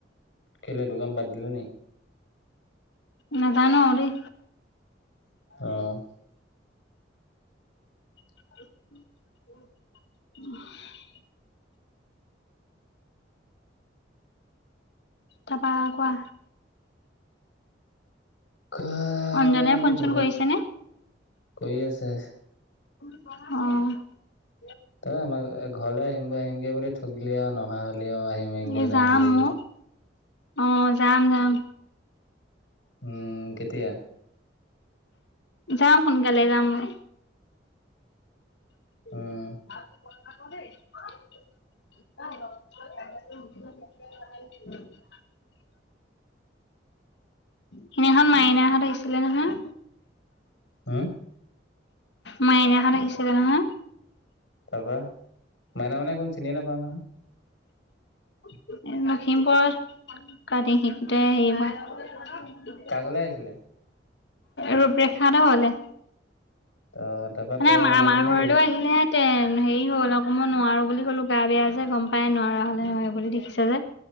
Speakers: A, on the left (about 90°); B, on the left (about 70°).
A: কেলে দোকান বাদ দিলি নি
B: নাজানো দেই।
A: অ,
B: উ <inaudible> তাপা কোৱা?
A: এ কোৱা
B: অঞ্জনাই
A: মানে
B: ফোন
A: মোক
B: চোন কৰিছেনে
A: কৰি আছে।
B: অ
A: তই আমাৰ ঘৰলে আহিম বৈ আহিমগৈ বুলি থঠগিলি আৰু নহা হলেও আহিম-আহিমগৈ
B: এই যাম
A: নাহিলি।
B: অ অ' যাম-যাম।
A: উম, কেতিয়া
B: যাম সোনকালে যাম মই। তে
A: উম
B: <inaudible> <unintelligible> সেইদিনাখন মাইনা হঁত আহিছিলে নহয়।
A: হম
B: মাইনা হঁত আহিছিলে নহয়।
A: তাৰাপা মাইনা মে কোন চিনিয়ে নাপাও নহয়।
B: <inaudible> লখিমপুৰ কাতি শিকোটাই হেৰী হব।
A: কা ঘৰলে আহিছিলে।
B: ৰূপৰেখা হত ঘৰলে।
A: ত তাৰপা
B: মানে
A: তই
B: আম
A: নামাতিলি
B: আমাৰ
A: নেকি
B: ঘৰলে আহিলে হেতেন। তেন হেৰি হ'ল আকৌ মই নোৱাৰো বুলি ক'লো গা বেয়া যে গম পাই নোৱাৰা হ'লেয় বুলি দেখিছো যে।